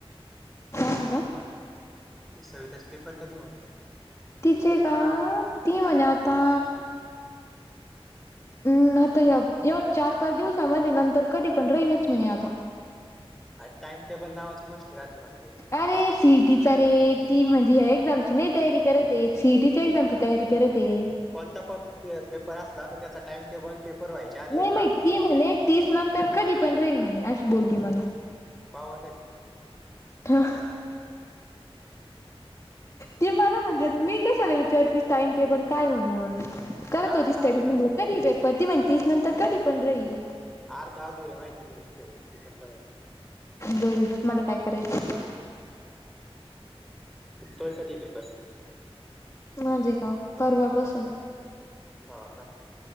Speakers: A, on the left (about 30°); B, in the centre.
A: यंदा.
B: ते सविताच पेपर कधी म्हनलं?
A: तिचे का. ती म्हेणे आता हम् आता एवढ चार- पाच दिवसामध्ये नंतर कधी पण राहीनच म्हणे आता.
B: आन टाइम टेबल नावाच गोष्ट राहत नाही वाटत ही.
A: अरे सीईटीचा रे ती म्हणजे या एक्झामची नाही तयारी करत येत सिईटीच्या एक्झामची तयारी करत आहे.
B: कोणता पण प पेपर असला तर त्याचा टाइमटेबल पेपर व्हायच्या आधी
A: नाही
B: येत
A: माहित
B: राहतो.
A: ती म्हणे तीस नंतर कधी पण राहील म्हणे अशी बोलली मला ती.
B: बावळट आहेस का?
A: का? ते मला म्हणले मी कशाला विचारु टाइम टेबल काय आहे म्हणून, करत होती
B: अर्धा
A: स्टडी.
B: अधुराच
A: म्हणून कधी पेपर ती म्हणती तीस नंतर कधी पण राहील.
B: आर दहा दिवस माहितीे आहे का स्टडी पेपर चालू आहेत.
A: जाऊ दे. मला काय करायचं.
B: तोय कधी पेपर.
A: माझे का परवापासून.
B: हो का...